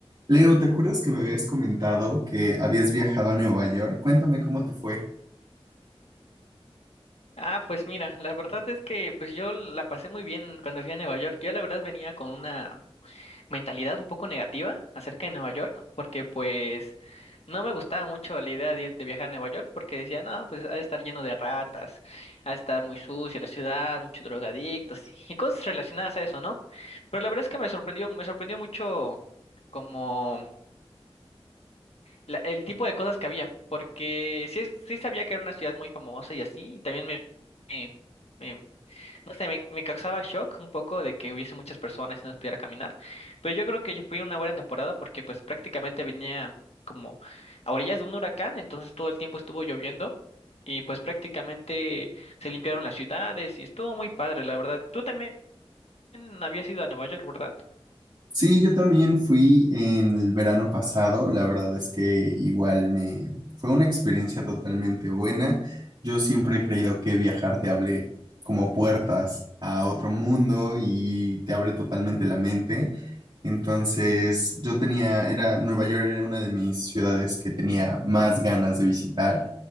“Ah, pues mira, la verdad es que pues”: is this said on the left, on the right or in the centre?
Left